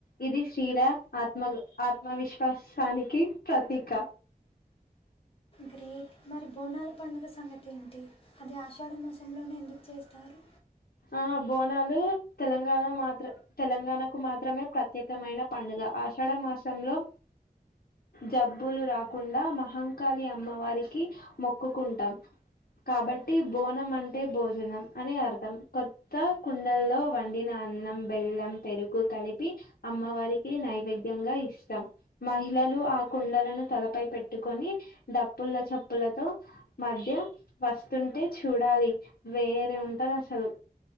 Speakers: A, on the left; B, on the left.
A: ఇది స్త్రీ రా ఆత్మ ఆత్మవిశ్వాసానికి ప్రతీక
B: గ్రేట్ మరి బోనాల పండుగ సంగతి ఏంటి అది ఆషాఢ మాసంలోనే ఎందుకు చేస్తారు
A: ఆ బోనాలు తెలంగాణ మాత్ర తెలంగాణకు మాత్రమే ప్రత్యేకమైన పండుగ ఆషాఢ మాసంలో జబ్బులు రాకుండా మహంకాళి అమ్మవారికి మొక్కుకుంటాం కాబట్టి బోనం అంటే భోజనం అని అర్థం కొత్త కుండల్లో వండిన అన్నం బెల్లం పెరుగు కలిపి అమ్మవారికి నైవేద్యంగా ఇస్తాం మహిళలు ఆ కుండలను తలపై పెట్టుకొని డప్పుల చప్పులతో మధ్య వస్తుంటే చూడాలి వేరే ఉంటది అసలు